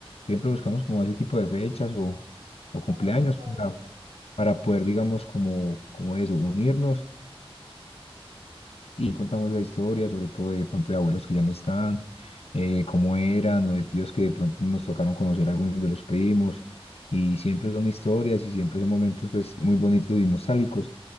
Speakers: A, on the left; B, on the right.
A: Siempre buscamos como ese tipo de fechas o, o
B: Ay,
A: cumpleaños
B: qué padre.
A: para, para poder, digamos, como, como eso, unirnos y contamos la historia, sobre todo de pronto de abuelos que ya no están, eh, cómo eran, o de tíos que de pronto nos tocaron conocer a algunos de los primos, y siempre son historias y siempre son momentos pues muy bonitos y nostálgicos,